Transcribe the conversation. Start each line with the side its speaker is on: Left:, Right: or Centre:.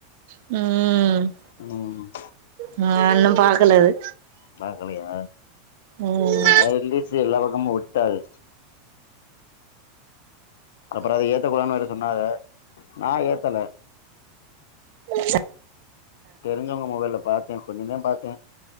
Right: ம்.
Left: ம்.
Right: நா இன்னும் பாக்கல அது.
Left: பாக்கலையா
Right: ம்
Left: அ ரிலீசு எல்லா பக்கமு விட்டுட்டாக. அப்புறோ அத ஏத்தக்கூடாதுன்னு வேற சொன்னாக நா ஏத்தல.
Right: ச
Left: தெரிஞ்சவங்க மொபைல்ல பாத்தே கொஞ்சதா பாத்தே